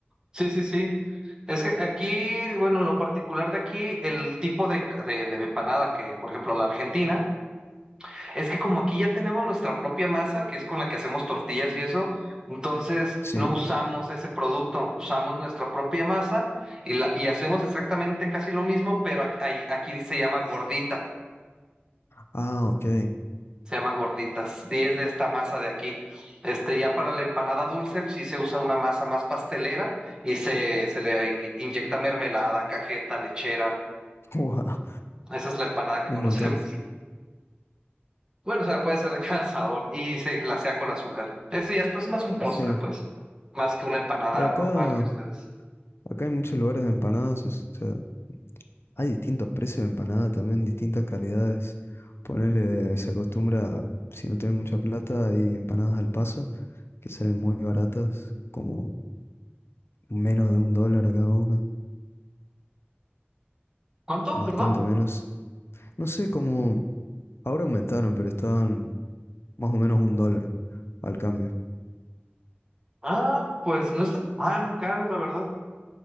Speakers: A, on the right; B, on the left.
A: sí, sí, sí. Es que aquí, bueno, lo particular de aquí, el tipo de, de, de empanada que, por ejemplo, la Argentina, es que como aquí ya tenemos nuestra propia masa, que es con la que hacemos tortillas y eso, entonces
B: Sí.
A: no usamos ese producto, usamos nuestra propia masa y, la, y hacemos exactamente casi lo mismo, pero aquí, ahí- aquí se llama gordita.
B: Ah, ok.
A: se llaman gorditas, y es de esta masa de aquí. Este, ya para la empanada dulce, pues, sí se usa una masa más pastelera y se, se le in- inyecta mermelada, cajeta, lechera.
B: <laughs> Wow,
A: Esa es la empanada que
B: un
A: conocemos.
B: montón.
A: <laughs> Bueno, o sea, puede ser de cada sabor y se glasea con azúcar. Ese ya es pues más un postre,
B: Sí.
A: pues, más que una empanada
B: Y acá,
A: normal que ustedes.
B: acá hay muchos lugares de empanadas, o sea, hay distintos precios de empanada también, distintas calidades. Ponerle, se acostumbra, si no tienes mucha plata, hay empanadas al paso, que salen muy baratas, como menos de un dólar a cada una,
A: ¿Cuánto?
B: bastante
A: ¿Perdón?
B: menos. No sé cómo, ahora aumentaron, pero estaban más o menos un dólar al cambio.
A: Ah, pues no está tan caro, la verdad.